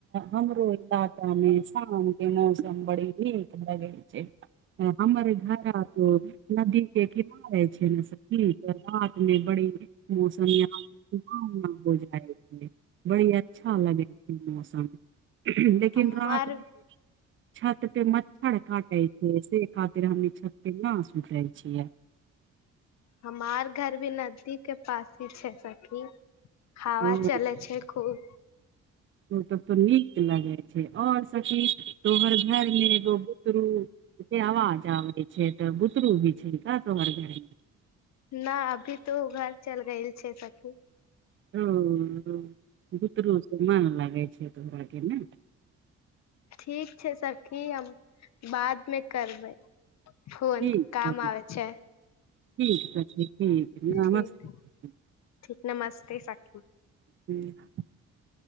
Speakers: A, on the right; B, on the left.
A: हमरो इलाकामे शामके मौसम बड़ी नीक लगै छै हमर घड़ा तो नदी के किनारे छै न सखी तऽ रातमे बड़ी मौसम यहाँ तऽ सुहावना हो जाइ छै बड़ी अच्छा लगै छै मौसम लेकिन
B: हमर
A: रातमे छत मच्छर काटै छै से आखिर हम ई छतपे ना सुतै छियै
B: हमार घर भी नदी के पास ही छै सखी हवा
A: ओ
B: चले छै खूब
A: ओ तब तऽ नीक लगै छै आओर सखी तोहर घरमे एगो बुतरूके आवाज आबै छै तऽ बुतरू भी छै का तोहर घरमे
B: ना अभी तो घर चल गेएल छै सखी
A: ओ-अ बुतरूसँ मन लगै छै तोहराके ने
B: ठीक छै सखी हम बादमे करबै फोन
A: ठीक
B: काम
A: है,
B: आबै छै
A: ठीक ठीक नमस्ते
B: ठीक ठीक, नमस्ते सखी।
A: ह्म